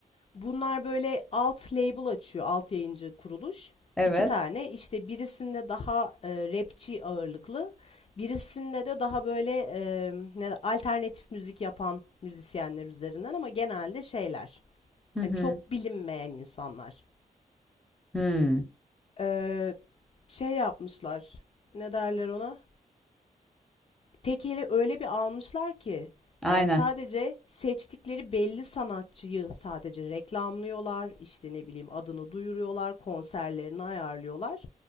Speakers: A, on the left; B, in the centre.
A: Bunlar böyle alt label açıyor, alt yayıncı kuruluş.
B: Evet.
A: İki tane işte birisinde daha e, rapçi ağırlıklı, birisinde de daha böyle e, ne alternatif müzik yapan müzisyenler üzerinden ama genelde şeyler.
B: Hı
A: Hani
B: hı.
A: çok bilinmeyen insanlar.
B: Hı.
A: Ee, şey yapmışlar. Ne derler ona? tekeli öyle bir almışlar ki
B: Aynen.
A: yani sadece seçtikleri belli sanatçıyı sadece reklamlıyorlar, işte ne bileyim adını duyuruyorlar, konserlerini ayarlıyorlar.